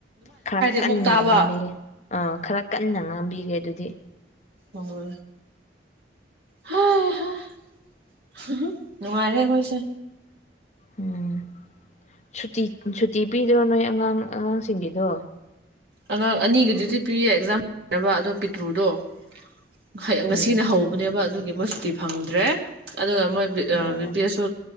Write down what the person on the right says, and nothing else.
ꯑꯃꯨꯛ ꯇꯥꯕ
ꯑꯣ꯫ ꯍꯥ ꯍ <unintelligible> ꯅꯨꯡꯉꯥꯏꯔꯦ ꯃꯣꯢꯁꯦ꯫
ꯑꯉꯥꯡ ꯑꯅꯤꯒꯤꯗꯨꯗꯤ ꯄꯤꯌꯦ ꯑꯦꯛꯖꯥꯝ <unintelligible> ꯑꯗꯨ ꯄꯤꯛꯇ꯭ꯔꯨꯗꯣ꯫ <unintelligible> ꯉꯁꯤꯅ
ꯍꯧꯕꯅꯦꯕ ꯑꯗꯨ <unintelligible> ꯁꯨꯇꯤ ꯐꯪꯗ꯭ꯔꯦ꯫ ꯑꯗꯨꯒ ꯃꯣꯏ ꯕꯤ ꯑꯥ
ꯕꯤ ꯄꯦꯁꯨ